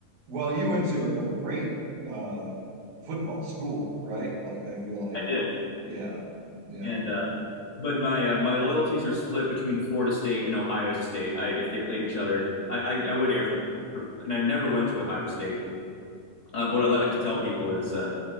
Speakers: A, on the right; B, on the left.
A: Well, you went to a, a great uh football school, right? Like I feel like
B: I did,
A: yeah. Yeah.
B: and uh, but my uh, my loyalties are split between Florida State and Ohio State. I if they played each other, I I, I would air for, for, and I never went to Ohio State. Uh, but what I like to tell people is Uh,